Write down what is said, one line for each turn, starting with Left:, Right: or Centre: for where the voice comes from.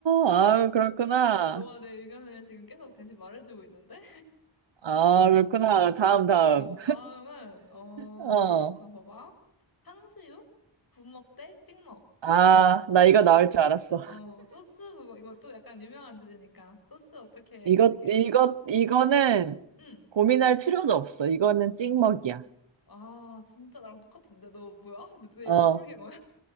Right: 아, 그렇구나.
Left: 너가 내 의견을 지금 계속 대신 말해주고 있는데?
Right: 아, 그렇구나. 다음,
Left: 음, 그,
Right: 다음.
Left: 어, 다음은, 어,
Right: 어.
Left: 자, 봐봐. 탕수육? 부먹 대 찍먹.
Right: 아, 나 이거 나올
Left: 어,
Right: 줄 알았어.
Left: 어, 소스 그거, 이거 또 약간 유명한 주제니까. 소스 어떻게
Right: 이것,
Left: 먹는 게,
Right: 이것, 이거는
Left: 응,
Right: 고민할 필요도 없어. 이거는 찍먹이야.
Left: 어. 아, 진짜 나랑 똑같은데? 너 뭐야? 근데 도대체
Right: 어,
Left: 도플갱어야?